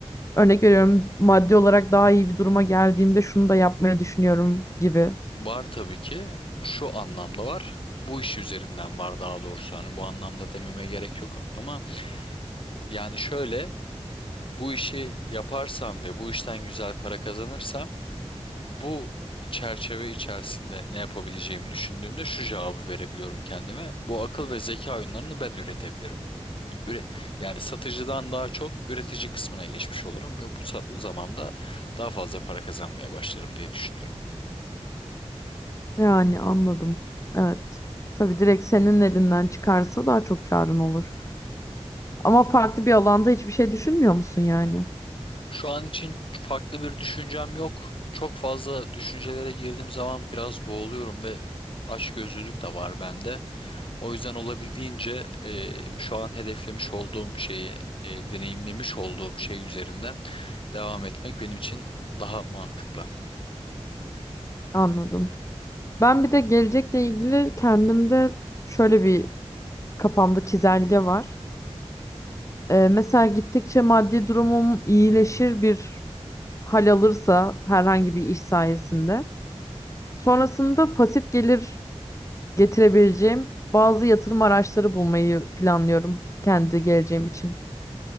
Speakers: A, on the left; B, on the left.
A: örnek veriyorum maddi olarak daha iyi bir duruma geldiğimde şunu da yapmayı düşünüyorum gibi.
B: Var tabii ki şu anlamda var. Bu iş üzerinden var daha doğrusu. Hani bu anlamda dememe gerek yok ama yani şöyle bu işi yaparsam ve bu işten güzel para kazanırsam bu çerçeve içerisinde ne yapabileceğimi düşündüğümde şu cevabı verebiliyorum kendime. Bu akıl ve zeka oyunlarını ben üretebilirim. Üre- yani satıcıdan daha çok üretici kısmına geçmiş olurum ve bu sa- zamanda daha fazla para kazanmaya başlarım diye düşünüyorum.
A: Yani anladım. Evet. Tabii direkt senin elinden çıkarsa daha çok karın olur. Ama farklı bir alanda hiçbir şey düşünmüyor musun yani?
B: Şu an için farklı bir düşüncem yok. Çok fazla düşüncelere girdiğim zaman biraz boğuluyorum ve açgözlülük de var bende. O yüzden olabildiğince e, şu an hedeflemiş olduğum şeyi, e, deneyimlemiş olduğum şey üzerinden devam etmek benim için daha mantıklı.
A: Anladım. Ben bir de gelecekle ilgili kendimde şöyle bir kafamda çizelge var. Ee, mesela gittikçe maddi durumum iyileşir bir hal alırsa herhangi bir iş sayesinde. Sonrasında pasif gelir getirebileceğim bazı yatırım araçları bulmayı planlıyorum kendi geleceğim için.